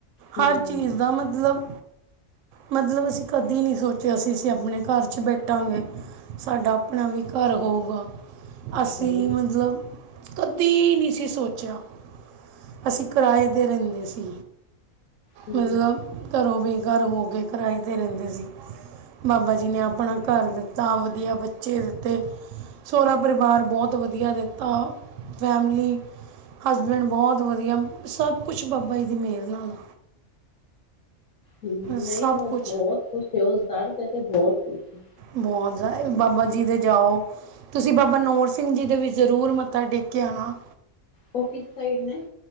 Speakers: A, on the left; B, on the right.
A: ਹੂੰ,
B: ਹਰ ਚੀਜ਼ ਦਾ ਮਤਲਬ ਮਤਲਬ ਅਸੀਂ ਕਦੇ ਨਹੀਂ ਸੋਚਿਆ ਸੀ ਅਸੀਂ ਆਪਣੇ ਘਰ ਚ ਬੈਠਾਂਗੇ ਸਾਡਾ ਆਪਣਾ ਵੀ ਘਰ ਹੋਊਗਾ, ਅਸੀਂ
A: ਸਹੀ
B: ਮਤਲਬ ਕਦੀ ਨਹੀਂ ਸੀ ਸੋਚਿਆ। ਅਸੀ ਕਿਰਾਏ ਤੇ ਰੈਂਦੇ ਸੀ।
A: ਹੂੰ,
B: ਮਤਲਬ ਘਰੋਂ ਬੇਕਾਰ ਹੋ ਗਏ ਕਿਰਾਏ ਤੇ ਰਹਿੰਦੇ ਸੀ। ਬਾਬਾ ਜੀ ਨੇ ਅਪਣਾ ਘਰ ਦਿੱਤਾ, ਵਧੀਆ ਬੱਚੇ ਦਿੱਤੇ। ਸੋਰਾ ਪਰਿਵਾਰ ਬਹੁਤ ਵਧੀਆ ਦਿੱਤਾ ਫੈਮਲੀ ਹਸਬੈਂਡ ਬਹੁਤ ਵਧੀਆ, ਸਭ ਕੁਛ ਬਾਬਾ ਜੀ ਦੀ ਮੇਰ ਨਾਲ ਆ।
A: ਹੂੰ ਨਹੀਂ
B: ਸਭ
A: ਉ
B: ਕੁਝ
A: ਬਹੁਤ ਕੁਛ ਏ, ਉਸ ਦਰ ਤੇ ਤੇ ਬਹੁਤ ਕੁਛ ਏ।
B: ਮੌਜ ਆਏ ਬਾਬਾ ਜੀ ਦੇ ਜਾਓ ਤੁਸੀ ਬਾਬਾ ਨੋੌਰ ਸਿੰਘ ਜੀ ਦੇ ਵੀ ਜ਼ਰੂਰ ਮੱਥਾ ਟੇਕ ਕੇ ਆਣਾ।
A: ਉਹ ਕਿਸ ਸਾਈਡ ਨੇ?